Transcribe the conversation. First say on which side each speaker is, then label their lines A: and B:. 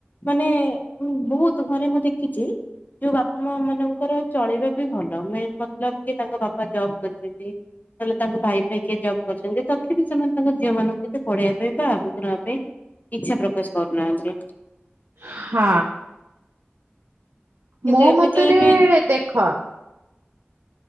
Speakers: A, on the left; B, on the right.
A: ମାନେ ବହୁତ ଘରେ ମୁଁ ଦେଖିଛି ଯୋଉ ବାପା ମା ମାନଙ୍କର ଚଳେଇବା ସେ ଭଲ ମେ ଲକ କି ତାଙ୍କ ବାପା ଜବ୍ କରିଛନ୍ତି ତାହେଲେ ତାଙ୍କ ଭାଇ ଫାଇ କିଏ ଜବ୍ କରିଛନ୍ତି ତଥାପି ସେମାନେ ତାଙ୍କ ଝିଅ ମାନଙ୍କୁ କେବେ ପଢେଇବା ପାଇଁ ବା ଆଗକୁ ନବା ପାଇଁ ଇଚ୍ଛା ପ୍ରକାଶ କରୁନାହାନ୍ତି।
B: ହଁ।
A: କିନ୍ତୁ
B: ମୋ
A: ଏମିତି
B: ମତରେ
A: ବି
B: ଦେଖ